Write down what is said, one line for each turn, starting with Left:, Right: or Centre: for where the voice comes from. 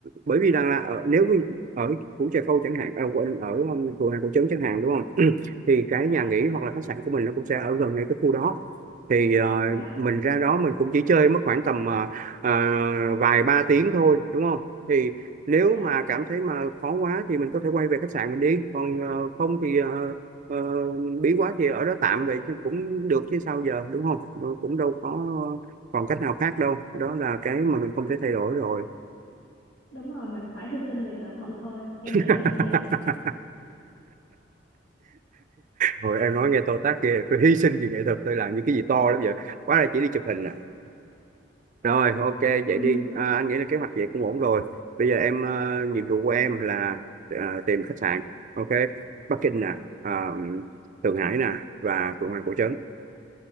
Right: bởi vì rằng là ở, nếu như ở Củ Trà Câu chẳng hạn à, quên, ở um, phường Hàng Cầu Trấn chẳng hạn đúng không <clears throat> thì cái nhà
Left: dạ
Right: nghỉ hoặc là khách sạn của mình nó cũng sẽ ở gần ngay cái khu đó thì ờ,
Left: dạ
Right: mình ra đó mình cũng chỉ chơi mất khoảng tầm ờ, ờ, vài ba tiếng thôi đúng không thì nếu
Left: dạ
Right: mà cảm thấy mà khó quá thì mình có thể quay về khách sạn mình đi còn ờ, không thì ờ, ờ, bí quá thì ở đó tạm vậy chứ cũng được chứ sao giờ đúng không Ừ, cũng đâu có còn cách nào khác đâu đó là cái mà mình không thể thay đổi rồi
Left: đúng rồi mình phải hy sinh vì nghệ thuật thôi em
Right: <laughs>
Left: nghĩ là như vậy
Right: hồi em nói nghe to tát ghê tôi hy sinh vì nghệ thuật tôi làm những cái gì to lắm vậy quá là chỉ đi chụp hình à. Rồi, ok, vậy
Left: <laughs>
Right: đi. À, anh nghĩ là kế hoạch vậy cũng ổn rồi. Bây giờ em, ờ, nhiệm vụ của em là ờ, tìm khách sạn. Ok, Bắc Kinh nè, ờ, Thượng Hải nè, và Phượng Hoàng Cổ Trấn.